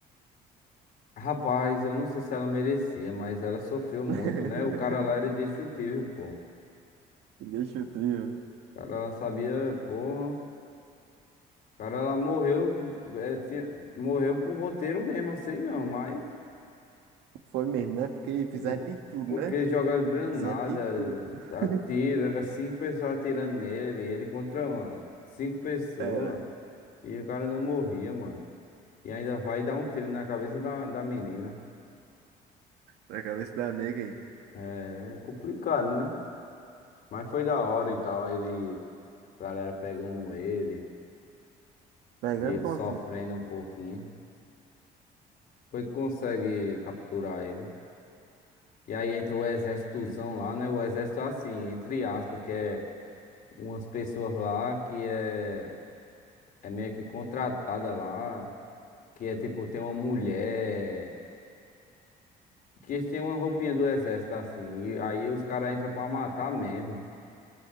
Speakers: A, on the left (about 60°); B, on the right (about 85°).
A: Rapaz, eu não sei se ela merecia, mas ela sofreu muito,
B: <laughs>
A: né? O cara lá era indestrutível, pô. O
B: Deixa o trio.
A: cara lá sabia, porra. O cara lá morreu, eh, tinha- morreu por roteiro mesmo, assim não, mas.
B: Foi mesmo, né? Porque fizeram
A: Por-
B: de tudo,
A: Porque
B: né?
A: joga granada,
B: Fizeram de tudo. <laughs>
A: atira, era cinco pessoas atirando nele, ele contra cinco pessoas,
B: Era.
A: e o cara não morria, mano. E ainda vai dar um tiro na cabeça da, da menina.
B: Na cabeça da nega, hein?
A: É complicado, né? Mas foi da hora e tal, ele, a galera pegando ele,
B: Pegando
A: e ele
B: como
A: sofrendo
B: assim?
A: um pouquinho. Foi que consegue capturar ele. E aí entra o exércitozão lá, né? O exército é assim, entre aspas, que é umas pessoas lá que é. é meio que contratada lá, que é tipo, tem uma mulher, que tem uma roupinha do exército assim, e aí os caras entram pra matar mesmo.